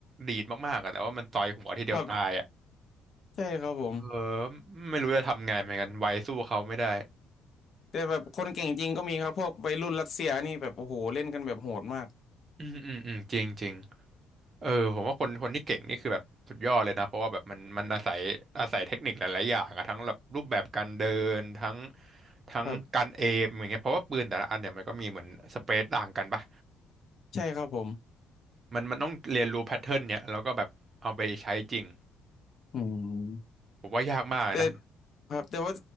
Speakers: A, on the right; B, on the left.
A: ดีดมากๆอะแต่ว่ามันต่อยหัวทีเดียวตายอะ
B: ครับใช่ครับผม
A: เออไม่รู้จะทำไงเหมือนกันไวสู้เขาไม่ได้
B: แต่แบบคนเก่งจริงก็มีครับพวกวัยรุ่นรัสเซียนี่แบบโอ้โหเล่นกันแบบโหดมาก
A: อืมอืมอืมจริงจริง เออผมว่าคนคนที่เก่งนี่คือแบบสุดยอดเลยนะเพราะว่าแบบมันมันอาศัยอาศัยเทคนิคหลายๆอย่างอะทั้งแบบรูปแบบการเดินทั้งทั้งการเอมอย่างเงี้ยเพราะว่าปืนแต่ละอันเนี่ยมันก็มีเหมือนสเปซต่างกันปะ
B: ครับใช่ครับผม
A: มันมันต้องเรียนรู้แพทเทิร์นเนี่ยแล้วก็แบบเอาไปใช้จริง
B: อืม
A: ผมว่ายากมากเลยนะ
B: แต่ครับแต่ว่า